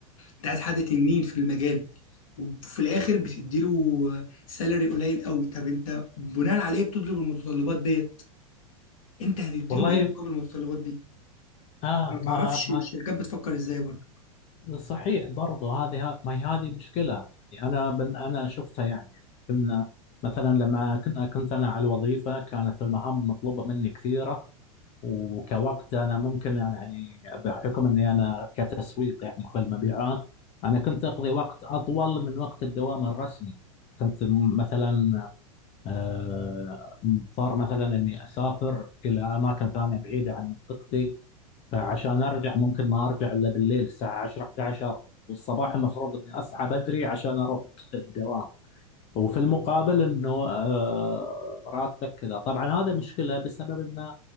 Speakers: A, on the left; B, on the left.
A: انت عايز حد تنين في المجال وفي الاخر بتديله سالري قليل قوي طب انت بناء عليه بتطلب المتطلبات ديت انت هتديله
B: والله
A: ايه مقابل المتطلبات دي
B: اه
A: ما
B: ما,
A: تعرفش
B: ما
A: الشركات بتفكر ازاي برضه
B: صحيح برضه هذه ما هي هذه مشكله يعني انا من انا شفتها يعني كنا مثلا لما كنا كنت انا على الوظيفه كانت المهام مطلوبه مني كثيره وكوقت انا ممكن أنا يعني بحكم اني انا كتسويق يعني في المبيعات انا كنت اقضي وقت اطول من وقت الدوام الرسمي كنت م- مثلا آه، مضطر مثلا اني اسافر الى اماكن ثانيه بعيده عن منطقتي فعشان ارجع ممكن ما ارجع الا بالليل الساعه 10 11 والصباح المفروض اني اصحى بدري عشان اروح الدوام وفي المقابل انه آه، راتبك كذا طبعا هذا مشكله بسبب ان